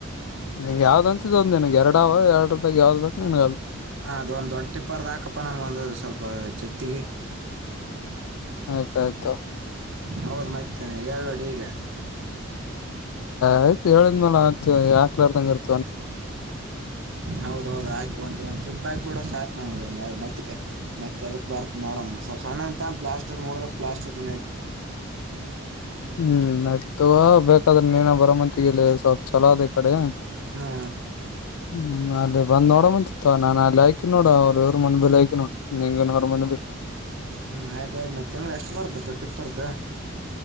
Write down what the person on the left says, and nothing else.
ನಿಂಗ್ ಯಾವ್ದ್ ಅಂತಿದಂದ್ ನನ್ಗ್ ಎರಡಾವ ಎರಡ್ರುಪಾಯಗ ಯಾವ್ದ್ ಬೇಕ್ ನಿನಗದು
ಆಯ್ತ ಆಯ್ತು
ಆಯ್ತು ಹೇಳಿದ್ ಮಲ ಆಗ್ತತಿವಿ ಯಾಕ್ಲರ್ದಂಗ ಇರ್ತಿ
<inaudible> ಹ್ಮ್ ಆಯ್ತು <unintelligible> ತೊಗೊ ಬೇಕಾದ್ರೆ ನೀನ ಬರ ಮಂತಗಿ ಇಲ್ಲಿ ಸ್ವಲ್ಪ ಛಲೋ ಅದ ಈ ಕಡೆ
ಹ್ಮ್ ಅದು ಬಂದ್ ನೋಡ ಬಂತಿತ್ತು ನಾನ ಅಲ್ಲಿ <unintelligible> ಆಯಕಿ ನೋಡ ಅವ್ರರು ಇವ್ರ ಮನೆ ಬೇಲಿ ಆಯಕಿ ನೋಡ ನಿಂಗ ನರ ಅವ್ರ ಮನೆ ಬಿೇ